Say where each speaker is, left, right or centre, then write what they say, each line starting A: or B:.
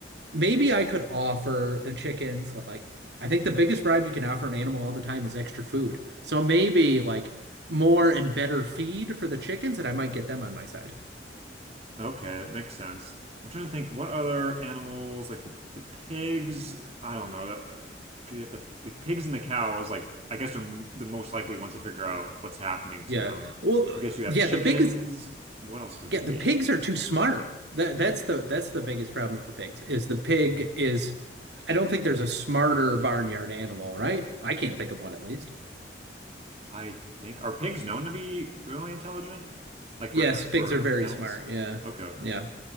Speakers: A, on the right; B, on the right.
A: Maybe I could offer the chickens like I think the biggest bribe you can offer an animal all the time is extra food. So maybe like more and better feed for the chickens, and I might get them on my side.
B: Okay, it makes sense. I'm trying to think what other animals like the the pigs. I don't know. That, uh, like you have the the pigs and the cows. Like I guess they're m the most likely ones to figure out what's happening
A: Yeah.
B: to them.
A: Well, th-
B: Okay, so you
A: yeah,
B: have chickens.
A: the biggest
B: What else would
A: yeah,
B: there
A: the
B: be?
A: pigs are too smart. That that's the that's the biggest problem with the pigs is the pig is I don't think there's a smarter barnyard animal, right? I can't think of one at least.
B: I think are pigs known to be really intelligent? Like
A: Yes,
B: for ant
A: pigs
B: for
A: are very
B: animals?
A: smart. Yeah.
B: Okay.
A: Yeah.